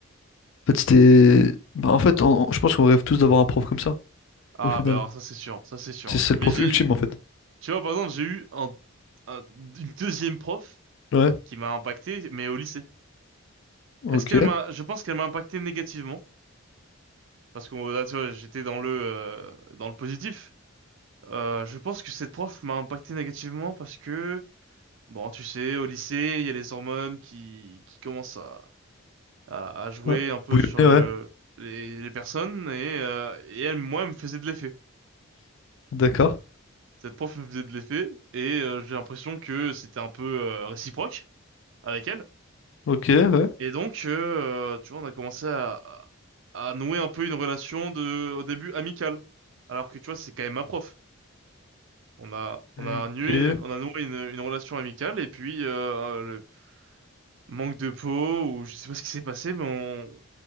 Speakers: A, on the left (about 60°); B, on the right (about 60°).
A: fait, c'était... bah, en fait, on- on- je pense qu'on rêve tous d'avoir un prof comme ça,
B: Ah
A: au final.
B: bah alors ça c'est sûr, ça c'est sûr.
A: C'est c'est le
B: Mais
A: prof
B: j'ai
A: ultime en fait.
B: tu vois par exemple, j'ai eu un, un- une deuxième prof
A: Ouais,
B: qui m'a impacté mais au lycée.
A: ok.
B: Est-ce qu'elle m'a je pense qu'elle m'a impacté négativement parce que bon, là tu vois, j'étais dans le euh, dans le positif. Euh, je pense que cette prof m'a impacté négativement parce que, bon, tu sais, au lycée, il y a les hormones qui, qui commencent à, à, à jouer
A: Ouais.
B: un peu
A: Bouillonner,
B: sur
A: ouais.
B: le, les, les personnes et, euh, et elle, moi, elle me faisait de l'effet.
A: D'accord.
B: Cette prof me faisait de l'effet et euh, j'ai l'impression que c'était un peu euh, réciproque avec elle.
A: Ok, ouais.
B: Et donc, euh, tu vois, on a commencé à, à à nouer un peu une relation de, au début amicale. Alors que, tu vois, c'est quand même ma prof. On a, on a
A: Ok,
B: noué, on a noué une, une relation amicale et puis euh, euh, le manque de peau ou je sais pas ce qui s'est passé, mais on,